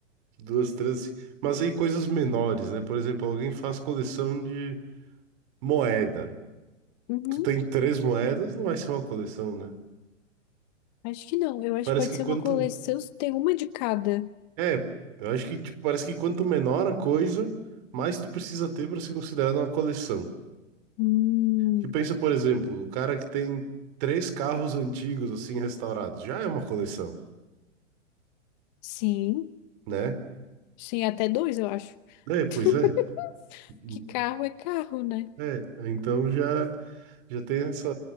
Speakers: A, on the right; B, on the left.
A: Duas tranças. Mas aí coisas menores, né? Por exemplo, alguém faz coleção de moeda.
B: Uhum.
A: Tu tem três moedas, não vai ser uma coleção, né?
B: Acho que não. Eu acho
A: Parece
B: que pode
A: que
B: ser
A: quanto.
B: uma coleção. Tem uma de cada.
A: É, eu acho que tipo, parece que quanto menor a coisa, mais tu precisa ter para ser considerada uma coleção.
B: Hum,
A: Que pensa, por exemplo, o cara que tem três carros antigos assim restaurados, já é uma coleção,
B: sim.
A: né?
B: Sim, até dois, eu acho.
A: É, pois
B: <laughs>
A: é. Uhum.
B: Que carro é carro, né?
A: É, então já. Já tem essa,